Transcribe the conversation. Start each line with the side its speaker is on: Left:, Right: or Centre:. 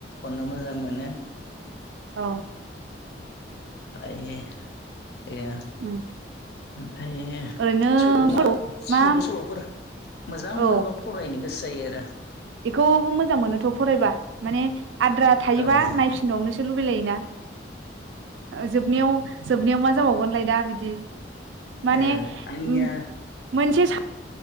Left: अननो मोजां मोनो
Right: अ
Left: बायो ए ओमफाय
Right: उम ओरैनो
Left: सल' मा सुंद'
Right: मा
Left: सल'फोर मोजां
Right: औ
Left: मोनबा फरायनो गोसो जायो आरो
Right: बेखौबो मोजां मोनोथ' फरायबा माने आद्रा थायोबा
Left: औ ओ
Right: नायफिनबावनोसो लुबैलायोना जोबनायाव जोबनायाव मा जाबावगोनलाय दा बिदि माने
Left: ओ आंनिया
Right: उम मोनसे सा